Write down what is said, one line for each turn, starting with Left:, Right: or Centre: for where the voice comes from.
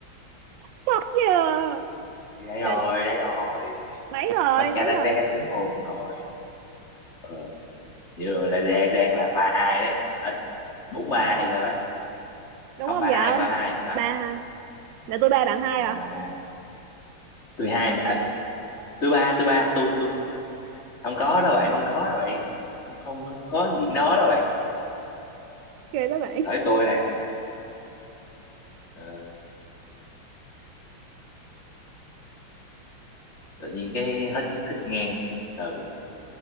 Right: Chắc nhờ.
Left: đây rồi
Right: Là
Left: đây rồi
Right: mấy rồi,
Left: matcha
Right: mấy
Left: latte
Right: rồi.
Left: tới nguồn rồi ờ như là đang đang là ba hai đấy Ờ, bốn ba hay sao á
Right: Đúng
Left: không
Right: không
Left: ba
Right: vợ?
Left: hai ba hai ba
Right: Ba
Left: hai
Right: hả? là tôi ba bạn hai
Left: Ừ,
Right: à
Left: ba hai tôi hai à, tôi ba tôi ba tôi tôi tôi. không có đâu bạn không có đâu bạn không không không có chuyện đó đâu bạn
Right: ok các bạn
Left: tới tôi nè ờ, tự nhiên cái hết kiến thức ngang từ từ